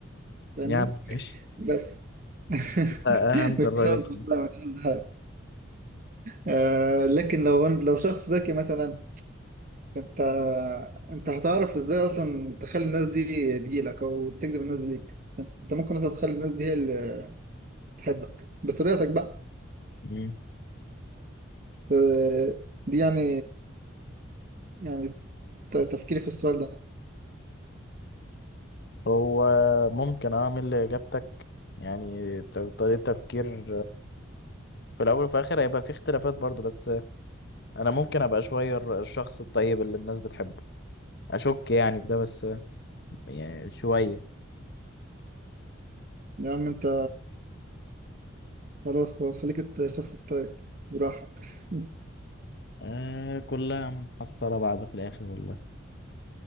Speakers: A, on the right; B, on the left.
A: فاهمني
B: يعني ماشي
A: بس <laughs>
B: انت اهنت
A: مش
B: الراجل
A: قصدي
B: خالص.
A: لا مش قصدي حاجة آه لكن لو لو شخص ذكي مثلا انت انت هتعرف ازاي اصلا تخلي الناس دي تجيلك او تجذب الناس دي ليك انت ممكن اصلا تخلي الناس دي هي اللي تحبك بطريقتك بقى
B: مم.
A: آه، دي يعني يعني ت- تفكيري في السؤال ده
B: هو ممكن اعمل اجابتك يعني ت- طريقة تفكير في الاول وفي الاخر هيبقى في اختلافات برضو بس انا ممكن ابقى شوية الر- الشخص الطيب اللي الناس بتحبه اشك يعني في ده بس يعني شوية
A: يا عم انت خلاص خلاص، خليك الت- الشخص الطيب براحتك <laughs>
B: آه كلها محصلة بعض في الاخر والله